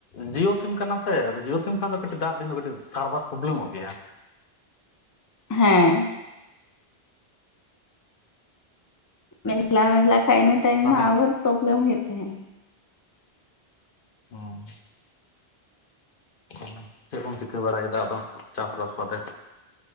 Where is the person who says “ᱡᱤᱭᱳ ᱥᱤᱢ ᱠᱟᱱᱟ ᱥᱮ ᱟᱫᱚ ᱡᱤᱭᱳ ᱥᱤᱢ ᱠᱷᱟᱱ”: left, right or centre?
Left